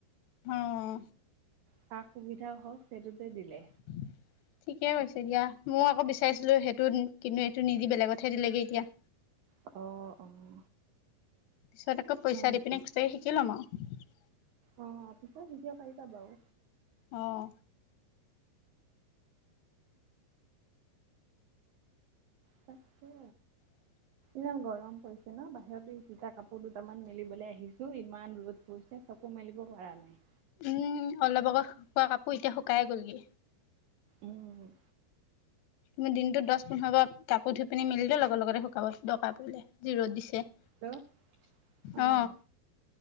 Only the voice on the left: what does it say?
অহ।
<inaudible> ঠিকে কৈছে দিয়া। মও আকৌ বিচাৰিছিলো হেটোত কিন্তু হেটো নিদি বেলেগতহে দিলেগে এতিয়া।
পিছত আকৌ পইচা দি
পিনে এক্সট্ৰাকে শিকি ল'ম আৰু।
অহ।
<inaudible>
উম। অলপ আগত শুকোৱা কাপোৰ এতিয়া শুকায়ে গ'লগে।
তুমি দিনটোত দছ-পোন্ধৰবাৰ কাপোৰ ধুই পিনি মেলিলেও লগত লগতে শুকাব, দৰকাৰ পৰিলে। যি ৰ'দ দিছে।
অ